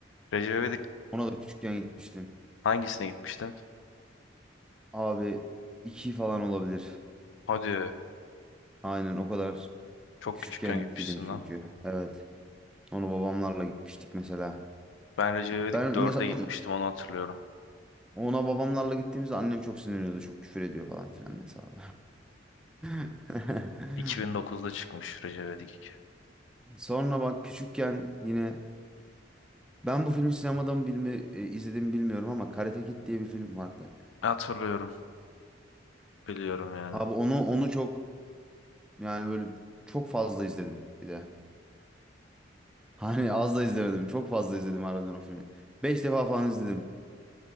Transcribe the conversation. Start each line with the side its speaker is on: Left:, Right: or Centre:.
Left: Recep İvedik
Centre: Ona da küçükken gitmiştim.
Left: hangisine gitmiştin?
Centre: Abi iki falan olabilir.
Left: Hadi
Centre: Aynen o kadar
Left: çok
Centre: küçükken
Left: küçükken gitmişsin
Centre: gittiydim çünkü.
Left: lan.
Centre: Evet. Ona babamlarla gitmiştik mesela.
Left: Ben Recep İvedik
Centre: Ben
Left: 4'e
Centre: mesela
Left: gitmiştim onu hatırlıyorum.
Centre: ona babamlarla gittiğimizde annem çok sinirleniyordu. Çok küfür ediyor falan filan hesabı. <laughs>
Left: 2009'da çıkmış Recep İvedik 2.
Centre: Sonra bak küçükken yine ben bu filmi sinemadan bilme, e, izlediğimi bilmiyorum ama Karate Kid diye bir film vardı.
Left: Hatırlıyorum. Biliyorum yani.
Centre: Abi onu onu çok Yani böyle çok fazla izledim bir de. <laughs> Hani az da izlemedim. Çok fazla izledim harbiden o filmi. Beş defa falan izledim.